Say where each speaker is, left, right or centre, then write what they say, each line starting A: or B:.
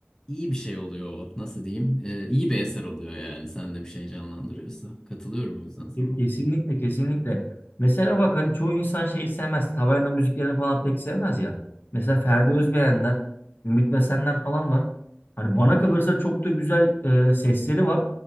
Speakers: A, on the left; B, on the left.
A: iyi bir şey oluyor o. Nasıl diyeyim? E, iyi bir eser oluyor yani. Sen de bir şey canlandırıyorsa. Katılıyorum o yüzden sana.
B: Ke- Kesinlikle kesinlikle. Mesela bak hani çoğu insan şeyi sevmez. Taverna müziklerini falan pek sevmez ya. Mesela Ferdi Özbeğenler, Ümit Besenler falan var. Hani bana kalırsa çok da güzel e, sesleri var.